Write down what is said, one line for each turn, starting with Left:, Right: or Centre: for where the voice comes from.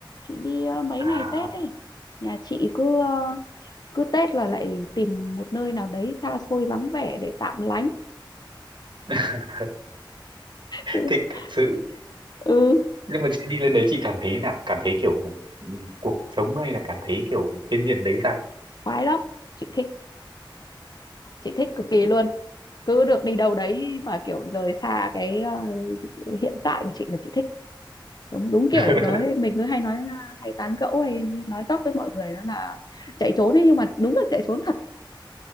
Left: chị đi ờ, mấy
Right: À,
Left: ngày Tết ấy nhà chị cứ ờ, cứ Tết là lại tìm một nơi nào đấy xa xôi vắng vẻ để tạm lánh
Right: <laughs>
Left: <laughs>
Right: thích thật sự.
Left: ừ
Right: Nhưng mà chị đi lên đấy chị cảm thấy thế nào? Cảm thấy kiểu ừ, cuộc sống hay là cảm thấy kiểu thiên nhiên đấy sao?
Left: khoái lắm chị thích chị thích cực kỳ luôn cứ được đi đâu đấy mà kiểu rời xa cái ờ, hiện tại của chị là chị thích đúng đúng kiểu
Right: <laughs>
Left: nói mình cứ hay nói ờ, hay tán gẫu hay nói dóc với mọi người đó là chạy trốn ấy nhưng mà đúng là chạy trốn thật